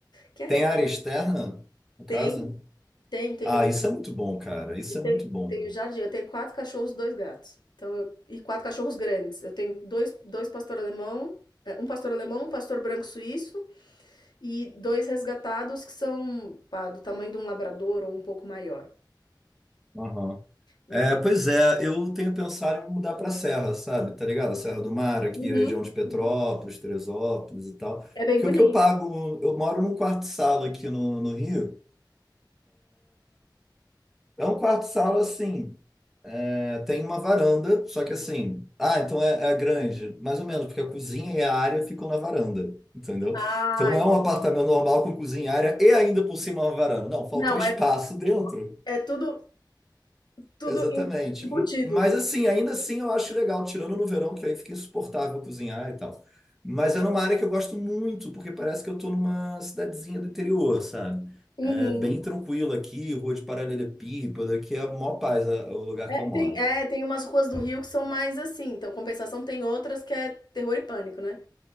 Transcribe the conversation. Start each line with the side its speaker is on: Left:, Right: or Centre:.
Left: que arre"
Centre: Tem área externa na
Left: Tem,
Centre: casa?
Left: tem, tem
Centre: Ah,
Left: o jardim,
Centre: isso é muito bom, cara. Isso
Left: eu tenho
Centre: é muito bom.
Left: tenho jardim, eu tenho 4 cachorros, 2 gatos, então eu e 4 cachorros grandes, eu tenho dois, dois pastor alemão, eh, 1 pastor alemão, um pastor branco suíço e 2 resgatados que são, pá, do tamanho de um labrador ou um pouco maior.
Centre: Aham.
Left: Então
Centre: É, pois é, eu tenho pensado em me mudar para a Serra, sabe? Tá ligado? A Serra do Mar, aqui,
Left: Uhum,
Centre: região de Petrópolis,
Left: uhum.
Centre: Teresópolis e tal.
Left: É bem
Centre: Porque
Left: bonito.
Centre: o que eu pago, eu moro num quarto-sala aqui no, no Rio. É um quarto-sala assim. É, tem uma varanda, só que assim. Ah, então é, é a grande. Mais ou menos, porque a cozinha e a área ficam na varanda, entendeu?
Left: Ah,
Centre: Então não
Left: entendi.
Centre: é um apartamento normal com cozinha, área e ainda por cima uma varanda. Não, faltou
Left: Não,
Centre: espaço
Left: é
Centre: dentro.
Left: é tudo tudo
Centre: Exatamente.
Left: em embutido.
Centre: M- Mas assim, ainda assim eu acho legal, tirando no verão, que aí fica insuportável cozinhar e tal. Mas é numa área que eu gosto muito, porque parece que eu tô numa cidadezinha do interior, sabe?
Left: Uhum.
Centre: É bem tranquilo aqui, rua de paralelepípedo, aqui é a maior paz, é o lugar
Left: É,
Centre: que eu moro.
Left: tem é, tem umas ruas do Rio que são mais assim, então compensação tem outras que é terror e pânico, né.